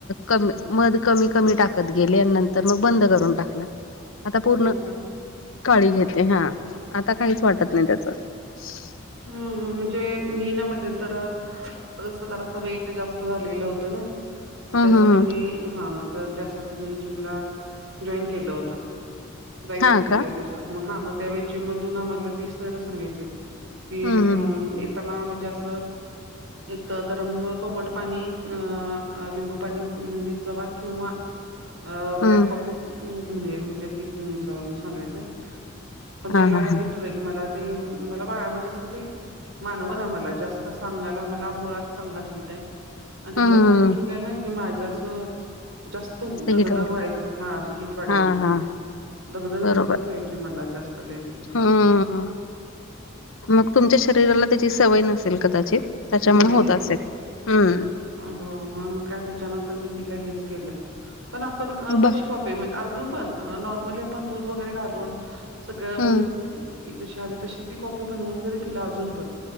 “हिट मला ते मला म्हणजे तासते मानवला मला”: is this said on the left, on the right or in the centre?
Right